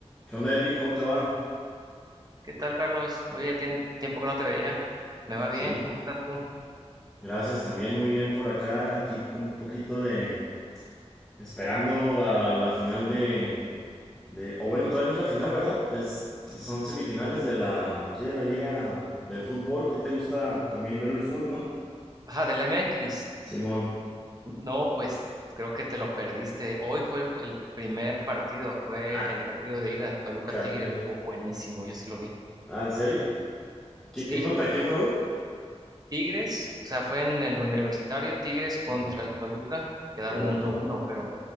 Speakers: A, in the centre; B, on the right.
A: ¿Qué onda, Eric? ¿Cómo te va?
B: ¿Qué tal, Carlos? Oye, ya tiene tiempo que no te veía. ¿Me va
A: Sí,
B: bien? ¿Cómo estás tú?
A: Gracias, también muy bien por acá, aquí con un poquito de... esperando a la final de... de... o bueno, todavía no es la final, ¿verdad? Es- son semifinales de la... aquí de la liga de fútbol. ¿A ti te gusta también ver el fútbol, no?
B: Ajá, del M X.
A: Simón.
B: No, pues creo que te lo perdiste. Hoy fue el, el primer partido, fue
A: Ah,
B: el partido de ida, Toluca
A: caray.
B: Tigres. Estuvo buenísimo, yo sí lo vi.
A: Ah, ¿en serio? ¿Qui-
B: Sí,
A: ¿Quién contra quién fue hoy?
B: Tigres, o sea, fue en el universitario, Tigres contra
A: Ajá,
B: el Toluca, quedaron
A: Toluca.
B: uno uno, pero